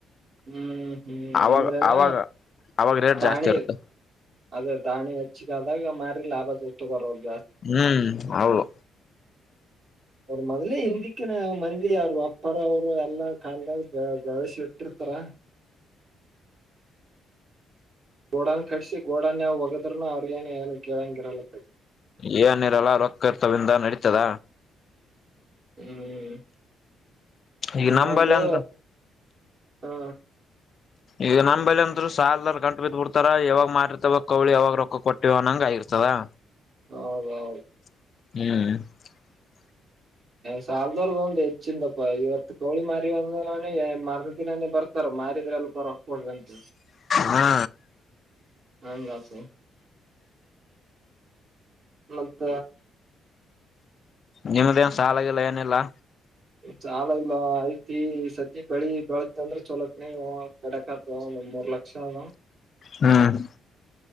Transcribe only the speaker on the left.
ಅವಾಗ
ಅವಾಗ ಅವಾಗ ರೇಟ್
ಜಾಸ್ತಿ ಇರುತ್ತೆ
ಹ್ಮ್ ಹೌದು
ಏನಿರಲ್ಲ ರೋಕತ್ವಿಂದ ನಡೀತದ
ಈಗ
ನಂಬಲ್ಲಿ ಅಂದ್ರ
ಈಗ ನಮ್ಮ್ಅಂದರು ಸಾಲಲ್ರ್ ಗಂಟು ಬಿದ್ದ್ ಬಿಡ್ತಾರ ಯಾವಾಗ ಮಾಡಿರ್ತವ ಕೋಳಿ ಯಾವಾಗ ರೊಕ್ಕ ಕೊಟ್ಟಿವವ ಅ ನಂಗ ಆಗರ್ತ ಸಲಯ
ಹ್ಮ್
ಹಾ
ನಿಮ್ಮದ ನ್ ಸಾಲ ಆಾಗಿಲ್ಲ ಏನೆಲ್ಲಾ
ಹ್ಮ್